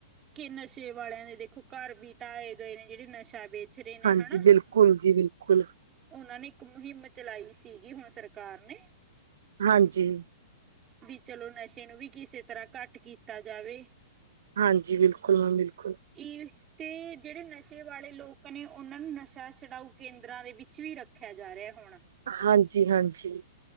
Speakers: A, on the right; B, on the right.
A: ਕਿ ਨਸ਼ੇ ਵਾਲਿਆਂ ਦੇ ਦੇਖੋ, ਘਰ ਬੀ ਢਾਏ ਗਏ ਨੇ ਜਿਹੜੇ ਨਸ਼ਾ ਵੇਚ ਰਹੇ ਨੇ
B: ਹਾਂਜੀ,
A: ਹਨਾ।
B: ਬਿਲਕੁੱਲ ਜੀ ਬਿਲਕੁੱਲ।
A: ਉਹਨਾਂ ਨੇ ਇੱਕ ਮੁਹਿੰਮ ਚਲਾਈ ਸੀਗੀ, ਹੁਣ ਸਰਕਾਰ ਨੇ।
B: ਹਾਂਜੀ।
A: ਵੀ ਚਲੋ, ਨਸ਼ੇ ਨੂੰ ਵੀ ਕਿਸੇ ਤਰ੍ਹਾਂ ਘੱਟ ਕੀਤਾ ਜਾਵੇ।
B: ਹਾਂਜੀ, ਬਿਲਕੁੱਲ ਹਾਂ, ਬਿਲਕੁੱਲ।
A: <unintelligible> ਤੇ ਜਿਹੜੇ ਨਸ਼ੇ ਵਾਲੇ ਲੋਕ ਨੇ, ਉਹਨਾਂ ਨੂੰ ਨਸ਼ਾ ਛੁਡਾਊ ਕੇਂਦਰਾਂ ਦੇ ਵਿੱਚ ਵੀ ਰੱਖਿਆ ਜਾ ਰਿਹਾ ਹੁਣ।
B: ਹਾਂਜੀ-ਹਾਂਜੀ।